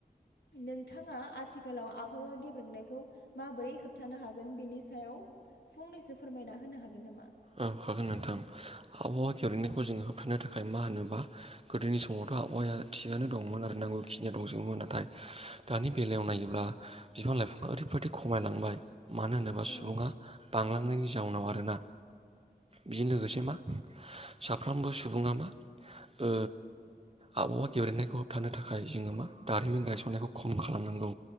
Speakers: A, on the left; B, on the right.
A: नोंथाङा आथिखालाव आबहावा गेब्रेंनायखौ माबोरै होबथानो हाग गोन बेनि सायाव फंनैसो फोरमायना होनो हागोन नामा?
B: औ हागोन नोंथां आबहावा गेब्रेंनायखौ जोङो होबथानो थाखाय मा होनोबा गोदोनि समावथ' आबहावाया थिगानो दंमोन आरो नांगौखिनिया दंजोबोमोन नाथाय दानि बेलायाव नायोब्ला बिफां लाइफां ओरैबायाददि खमायलांबाय मानो होनोबा
A: औ
B: सुबुङा बांलांनायनि जाउनाव आरोना। बिजों लोगोसे मा साफ्रोमबो सुबुङा मा ओ आबहावा गेब्रेनायखौ होबथानो थाखाय जोङो मा दारिमिन गायसननायखौ खम खालामनांगौ।